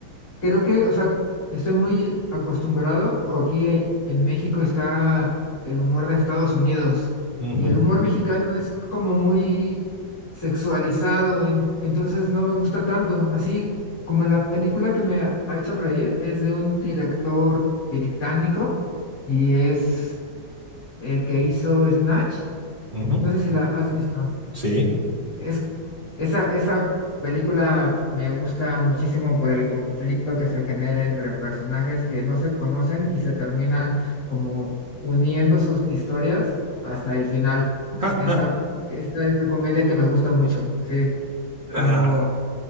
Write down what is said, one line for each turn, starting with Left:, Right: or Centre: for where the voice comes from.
Left: Creo que, o sea, estoy muy acostumbrado, o aquí e- en México está el humor de Estados Unidos,
Right: Ujú,
Left: y el humor mexicano es como muy sexualizado, en- entonces no me gusta tanto. Así como la película que me ha ha hecho reír es de un director británico y es el que hizo Snatch.
Right: ujú, ujú.
Left: No sé si la has visto.
Right: Sí.
Left: Es, esa, esa película me gusta muchísimo por el conflicto que se genera entre personajes que no se conocen y se terminan como uniendo sus historias hasta el final.
Right: <laughs> Ja,
Left: Esa,
Right: ja.
Left: esa, esa comedia que me gusta mucho, sí, como
Right: Ah,